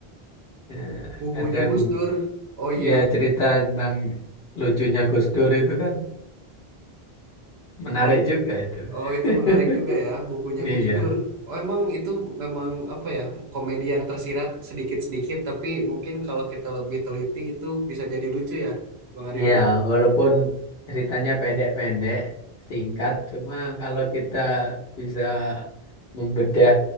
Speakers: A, on the left (about 65°); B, on the right (about 80°).
A: eh,
B: Bukunya
A: kadang
B: Gus Dur. Oh iya.
A: Ya, cerita tentang lucunya Gus Dur itu kan menarik
B: Oh
A: juga itu.
B: Oh, itu menarik
A: <laughs>
B: juga ya, bukunya
A: Iya.
B: Gus Dur. Oh, emang itu memang apa ya, komedi yang tersirat sedikit-sedikit, tapi mungkin kalau kita lebih teliti itu bisa jadi lucu ya, Bang Arifin.
A: Iya, walaupun ceritanya pendek-pendek, singkat, cuma kalau kita bisa membedah